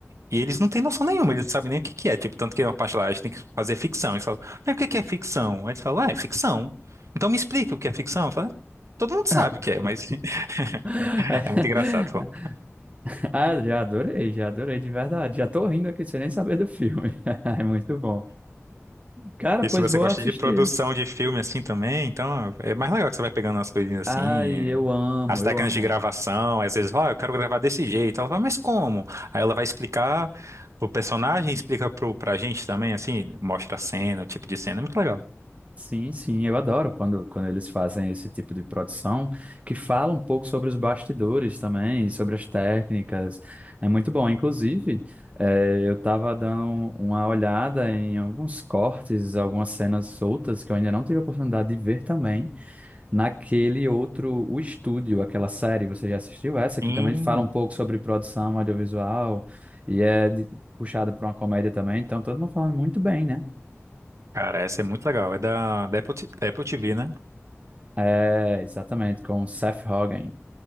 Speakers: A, on the right (about 80°); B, on the right (about 30°).
A: e eles não têm noção nenhuma, eles não sabem nem o que que é. Tipo, tanto que é uma parte lá, a gente tem que fazer ficção. Eles falam, mas o que que é ficção? Aí eles falam, ah, é ficção. Então me explica o que é ficção. Eu falo, "É, todo mundo sabe
B: Ah,
A: o que é, mas <laughs>
B: <laughs>
A: é muito engraçado.
B: Ah, já adorei, já adorei de verdade. Já tô rindo aqui sem nem saber do filme. <laughs> É muito bom. Cara,
A: E
B: pois
A: se você
B: vou
A: gosta
B: assistir.
A: de produção de filme assim também, então é mais legal que você vai pegando as coisinhas assim,
B: Ai, eu amo,
A: as técnicas
B: eu amo.
A: de gravação, às vezes, ó, eu quero gravar desse jeito. Ela fala, mas como? Aí ela vai explicar pro personagem, explica pro, pra gente também, assim, mostra a cena, o tipo de cena, é muito legal.
B: Sim, sim, eu adoro quando, quando eles fazem esse tipo de produção, que fala um pouco sobre os bastidores também, sobre as técnicas. É muito bom. Inclusive, eh, eu estava dando uma olhada em alguns cortes, algumas cenas soltas que eu ainda não tive a oportunidade de ver também, naquele outro, O Estúdio, aquela série. Você já assistiu essa, que
A: Sim,
B: também fala um pouco sobre produção audiovisual e é de- puxada para uma comédia também. Então, todo mundo falando muito bem, né?
A: cara, essa é muito legal. É da, da Apple, T- da Apple TV, né?
B: É, exatamente, com o Seth Rogen.